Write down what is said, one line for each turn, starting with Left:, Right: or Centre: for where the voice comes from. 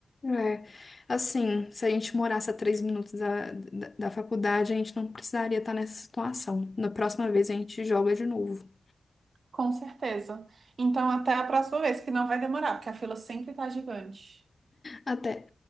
Left: É, assim, se a gente morasse a três minutos da, da, da faculdade, a gente não precisaria estar nessa situação. Na próxima vez a gente joga de novo.
Right: Com certeza. Então, até a próxima vez, que não vai demorar, porque a fila sempre tá gigante.
Left: Até,